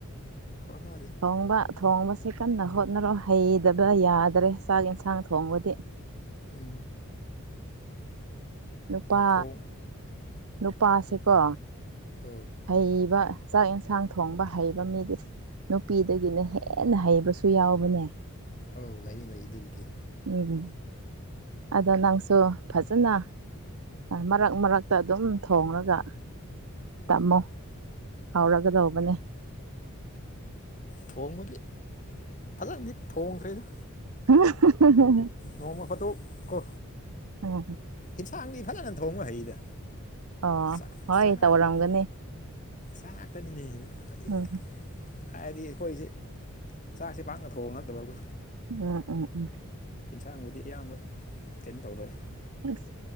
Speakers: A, on the left (about 35°); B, on the right (about 75°).
A: ꯍꯣꯠꯅꯔꯤ
B: ꯊꯣꯡꯕ ꯊꯣꯡꯕꯁꯤ ꯀꯟꯅ
A: ꯎꯝ
B: ꯍꯣꯠꯅꯔꯣ ꯍꯩꯗꯕ ꯌꯥꯗ꯭ꯔꯦ ꯆꯥꯛ ꯏꯟꯁꯥꯡ ꯊꯣꯡꯕꯗꯤ
A: ꯎꯝ
B: ꯅꯨꯄꯥ
A: ꯊꯣꯡ
B: ꯅꯨꯄꯥꯁꯤꯀꯣ
A: ꯑꯧ
B: ꯍꯩꯕ ꯆꯥꯛ ꯏꯟꯁꯥꯡ ꯊꯣꯡꯕ ꯍꯩꯕ ꯃꯤꯗꯤ ꯅꯨꯄꯤꯗꯒꯤꯅ ꯍꯦꯟꯅ ꯍꯩꯕꯁꯨ ꯌꯥꯎꯕꯅꯦ
A: ꯑꯧ ꯂꯩꯌꯦ ꯂꯩ ꯑꯗꯨꯕꯨꯗꯤ
B: ꯎꯝ ꯑꯗꯣ ꯅꯪꯁꯨ ꯐꯖꯅ ꯃꯔꯛ ꯃꯔꯛꯇ ꯑꯗꯨꯝ ꯊꯣꯡꯂꯒ ꯇꯝꯃꯣ ꯍꯥꯎꯔꯒꯗꯧꯕꯅꯦ
A: ꯊꯣꯡꯕꯗꯤ ꯐꯖꯅꯗꯤ ꯊꯣꯡꯈ꯭ꯔꯦꯗ
B: <unintelligible>
A: ꯅꯣꯡꯃ ꯐꯗꯣꯛ ꯀꯣ
B: ꯎꯝ
A: ꯏꯟꯁꯥꯡꯗꯤ ꯐꯖꯅ ꯊꯣꯡꯕ ꯍꯩꯗ
B: ꯑꯣ
A: ꯆꯥꯛ
B: ꯍꯣꯏ
A: ꯆꯥꯛ
B: ꯇꯧꯔꯝꯒꯅꯤ
A: ꯇꯅꯤ ꯆꯥꯛꯇꯅꯤꯅꯦꯍꯦ ꯑꯩ
B: ꯎꯝ
A: ꯐꯗꯤ ꯈꯣꯏꯁꯦ ꯆꯥꯛꯁꯦ ꯄꯥꯛꯅ ꯊꯣꯡꯅꯗꯕ ꯀꯣ
B: ꯎꯝ ꯎꯝ ꯎꯝ
A: ꯏꯟꯁꯥꯡꯕꯨꯗꯤ ꯑꯌꯥꯝꯕ ꯀꯩꯝ ꯇꯧꯔꯣꯏ
B: ꯑꯁ